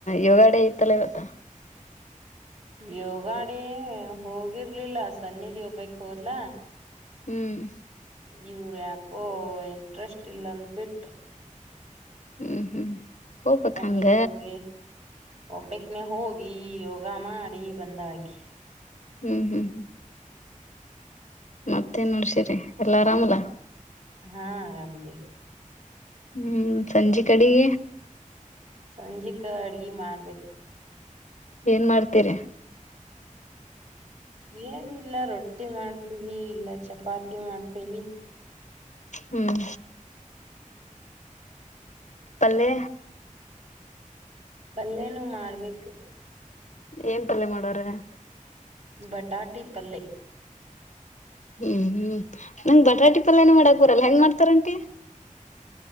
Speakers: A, on the left; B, on the right.
A: ಯೋಗಾಡೆ ಇತ್ತಲ್ಲ ಇವತ್ತ
B: ಯೋಗಾಡ ಹೋಗಿರ್ಲಿಲ್ಲ ಸನ್ನಿಧಿ ಒಬ್ಬಕ್ ಹೋದ್ಲ
A: ಹ್ಮ್
B: ಇವರು ಯಾಕೋ ಇಂಟ್ರೆಸ್ಟ್ ಇಲ್ಲಂದ ಬಿಟ್ರ
A: ಹ್ಮ್ ಹ್ಮ್ ಹೋಗ್ಬಕ್
B: ಅಕಿ
A: ಹಂಗ
B: ಹೋಗಿ ಒಬ್ಬಕ್ನೆ ಹೋಗಿ ಯೋಗ ಮಾಡಿ ಬಂದಾಳಕೆ
A: ಹ್ಮ್ ಹ್ಮ್ ಹ್ಮ್ ಮತ್ತೇನ್ ನಡ್ಸಿರಿ ಎಲ್ಲ ಆರಾಮಲ್ಲಾ
B: ಹಾ ಆರಾಮ ಇದೇವಿ
A: ಹ್ಮ್ ಸಂಜೆ ಕಡಿಗೆ
B: ಸಂಜೆಕ ಅಡ್ಗಿ ಮಾಡ್ಬೇಕ
A: ಏನ್ ಮಾಡ್ತೀರಿ
B: ಏನಿಲ್ಲ ರೊಟ್ಟಿ ಮಾಡ್ತೀವಿ ಇಲ್ಲ ಚಪಾತಿ ಮಾಡ್ತೀವಿ
A: ಹ್ಮ್ ಪಲ್ಲೆ
B: ಪಲ್ಲೇನೂ ಮಾಡ್ಬೇಕ
A: ಏನ್ ತಲೆ ಮಾಡವರೆ
B: ಬಟಾಟಿ ಪಲ್ಲೆ
A: ಹ್ಮ್ ಹ್ಮ್ ನಂಗ್ ಬಟಾಟಿ ಪಲ್ಯನ ಮಾಡಕ್ ಬರಲ್ಲ ಹೆಂಗ್ ಮಾಡ್ತಾರಂಟಿ